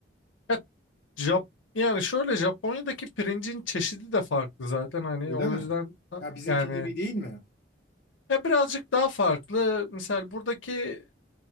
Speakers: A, on the left; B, on the left.
A: Ya, Jap yani şöyle Japonya'daki pirincin çeşidi de farklı zaten hani
B: Öyle
A: o
B: mi?
A: yüzden ha-
B: Ha bizimki
A: yani
B: gibi değil mi?
A: ya birazcık daha farklı. Mesela buradaki